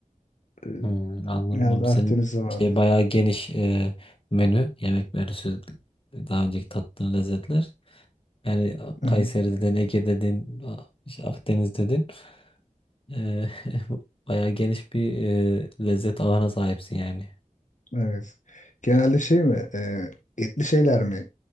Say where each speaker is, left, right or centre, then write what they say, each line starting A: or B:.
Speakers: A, on the left (about 65°); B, on the left (about 40°).
A: Ee,
B: Hmm, anlamam.
A: Genelde
B: Senin
A: Akdeniz'de vardı.
B: şey bayağı geniş e, menü. Yemek menüsü daha önceki tattığın lezzetler. Yani
A: Evet,
B: Kayseri dedin, Ege dedin, A- işte Akdeniz dedin. E, <laughs> bayağı geniş bir e, lezzet ağına sahipsin yani.
A: evet. Genelde şey mi? e, etli şeyler mi